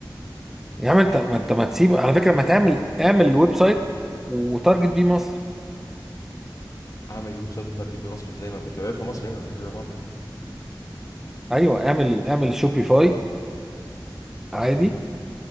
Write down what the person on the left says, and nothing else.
اعمل الويب سايت واترجم بيه مصر ازاي ما انا كنت ببيع في مصر هنا مش ببيع بره
امم